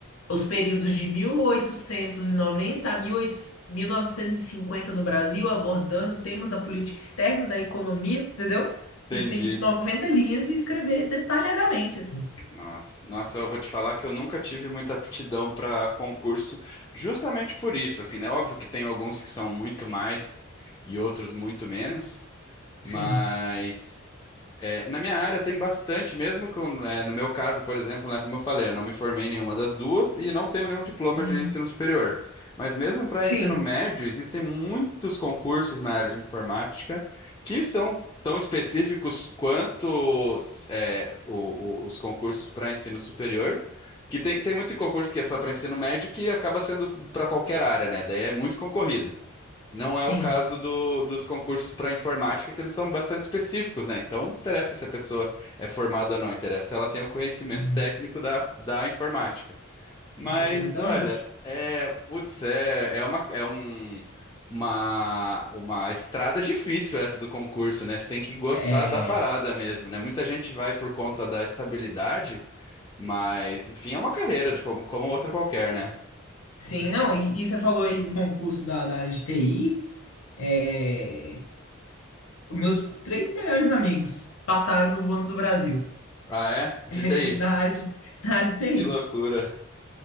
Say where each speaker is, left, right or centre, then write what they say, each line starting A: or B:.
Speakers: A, on the left; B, on the left.
A: os períodos de 1890 a 1800 1950 no Brasil, abordando temas da política externa, da economia, entendeu?
B: Entendi.
A: Isso tem que 90 linhas e escrever detalhadamente, assim.
B: Nossa, nossa, eu vou te falar que eu nunca tive muita aptidão para concurso, justamente por isso, assim, né? Óbvio que tem alguns que são muito mais e outros muito menos.
A: Sim.
B: Mas é, na minha área tem bastante, mesmo que eu- é, no meu caso, por exemplo, né, como eu falei, eu não me formei em nenhuma das duas e não tenho nenhum diploma
A: Uhum.
B: de ensino superior. Mas mesmo para
A: Sim,
B: ensino médio, existem muitos concursos na área de informática que são tão específicos quanto é, o- o- os concursos para ensino superior. Que tem, tem muito concurso que é só para ensino médio que acaba sendo para qualquer área, né? Daí é muito concorrido. Não
A: sim.
B: é o caso do- dos concursos para informática, que eles são bastante específicos, né? Então, não interessa se a pessoa é formada ou não, interessa se ela tem o conhecimento
A: Uhum.
B: técnico da, da informática. Mas,
A: De- Exatamente.
B: olha, é, putz, é, é uma, é um, uma, uma estrada difícil essa do concurso, né? Você tem que gostar
A: É,
B: da parada mesmo, né? Muita gente vai por conta da estabilidade, mas, no fim, é uma carreira de como, como outra qualquer, né?
A: sim, não, e, e você falou aí do concurso da, da área de TI. É, os meus três melhores amigos passaram no Banco do Brasil,
B: Ah, é? De
A: <laughs>
B: TI.
A: da área de, da área de TI.
B: Que loucura.